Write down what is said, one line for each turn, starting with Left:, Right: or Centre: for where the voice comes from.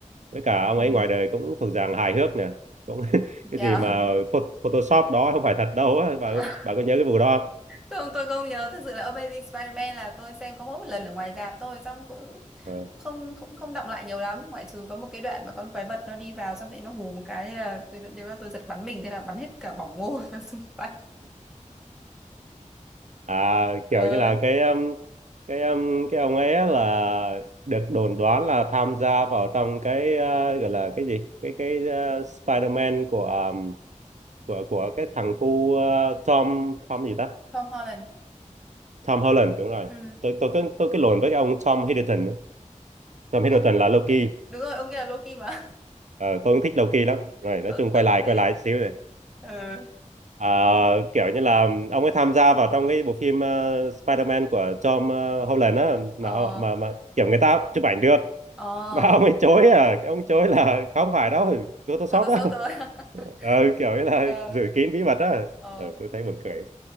Right: với cả ông
Centre: ờ
Right: ấy ngoài đời cũng thuộc dạng hài hước nè cũng cái
Centre: thế
Right: gì
Centre: à
Right: mà pho- Photoshop đó không phải thật đâu á bà
Centre: <laughs>
Right: bà có nhớ cái vụ đó không
Centre: Không, tôi không nhớ thật sự là Amazing Spider-Man là tôi xem có mỗi một lần ở ngoài rạp thôi xong cũng
Right: Ờ.
Centre: cũng không cũng không động lại nhiều lắm ngoại trừ có một cái đoạn mà con quái vật nó đi vào xong rồi nó hù một cái thế là tôi vẫn nhớ là tôi giật bắn mình thế là bắn hết cả bỏng ngô <laughs> ra xung quanh
Right: à
Centre: ờ,
Right: kiểu như là cái um, cái um, cái ông ấy á là được đồn đoán là tham gia vào trong cái ờ, gọi là cái gì cái cái ờ, Spider-Man của um, của của cái thằng cu ờ, Tom Tom gì ta
Centre: Tom Holland
Right: Tom Holland đúng rồi
Centre: ừ.
Right: tôi tôi cứ tôi cứ lộn với cái ông Tom Hiddleston nữa. Tom Hiddleston
Centre: ông
Right: là Loki
Centre: ờ, đúng rồi ông kia là Loki mà
Right: Ờ, tôi cũng thích Loki lắm
Centre: <laughs>
Right: rồi
Centre: ờ,
Right: nói chung
Centre: tôi
Right: quay lại
Centre: cũng thế
Right: quay lại xíu
Centre: ờ
Right: Ờ, kiểu như là ông ấy tham gia vào trong cái bộ phim ờ, Spider-Man của Tom ờ, Holland á mà
Centre: ờ
Right: mà mà kiểu người ta chụp ảnh được <laughs>
Centre: ờ
Right: mà ông ấy chối à ông chối là không phải đâu Photoshop
Centre: Photoshop
Right: đó <laughs>
Centre: tôi
Right: Ờ,
Centre: <laughs>
Right: kiểu như là
Centre: ờ
Right: giữ kín bí mật á
Centre: ờ
Right: Ờ, tôi thấy buồn cười